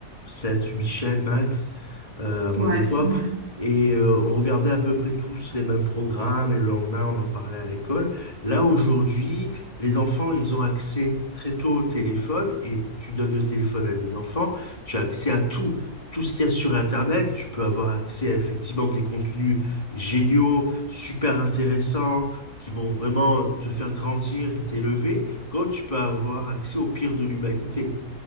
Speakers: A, on the left; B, on the right.
A: 7, 8 chaînes max euh,
B: C'est-
A: à mon
B: Ouais,
A: époque.
B: c'est vrai.
A: Et euh, on regardait à peu près tous les mêmes programmes et le lendemain, on en parlait à l'école. Là, aujourd'hui, les enfants, ils ont accès très tôt au téléphone et tu donnes le téléphone à des enfants, tu as accès à tout. Tout ce qu'il y a sur Internet, tu peux avoir accès à effectivement des contenus géniaux, super intéressants qui vont vraiment te faire grandir et t'élever, comme tu peux avoir accès au pire de l'humanité.